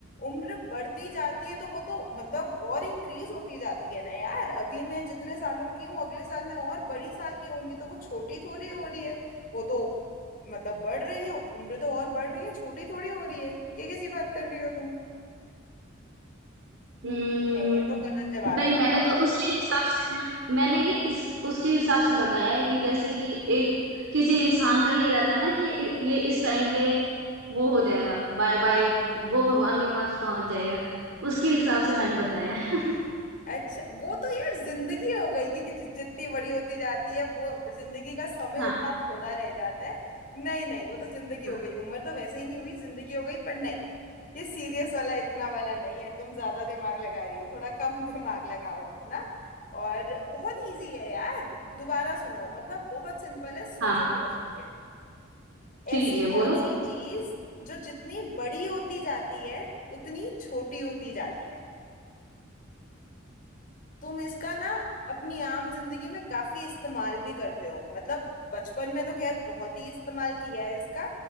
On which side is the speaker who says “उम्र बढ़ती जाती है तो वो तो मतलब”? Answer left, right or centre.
Left